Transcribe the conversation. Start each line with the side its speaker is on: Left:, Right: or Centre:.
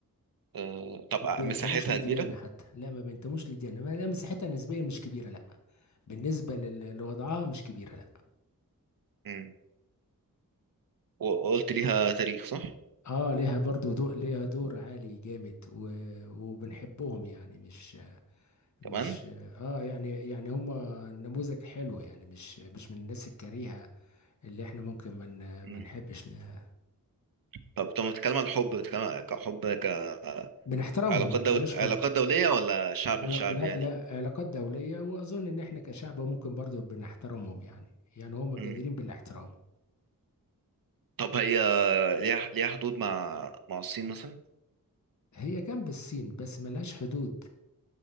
Right: آه طب
Left: ما
Right: ع-
Left: بينتموش
Right: مساحتها
Left: لديانة
Right: كبيرة
Left: حتى لا ما بينتموش لديانة ما- لا مساحتها نسبيا مش كبيرة لا بالنسبة لل- لوضعها مش كبيرة لا
Right: م. وقلت ليها تاريخ صح
Left: اه ليها برضو دو ليها دور عالي جامد و... وبنحبهم يعني مش مش
Right: كمان
Left: اه يعني يعني هم نموذج حلو يعني مش مش من الناس الكريهة اللي احنا ممكن ما من ما
Right: م.
Left: نحبش ن-
Right: طب طب بتتكلم عن الحب بتتكلم كحب كعلاقات
Left: بنحترمهم بلاش
Right: دول علاقات
Left: حب
Right: دولية ولا شعب
Left: علا-
Right: لشعب
Left: لا
Right: يعني
Left: لا علاقات دولية واظن ان احنا كشعب ممكن برضو بنحترمهم يعني يعني هم جديرين
Right: م.
Left: بالاحترام
Right: طب هي ليها ليها حدود مع مع الصين مثلا
Left: هي جنب الصين بس ملهاش حدود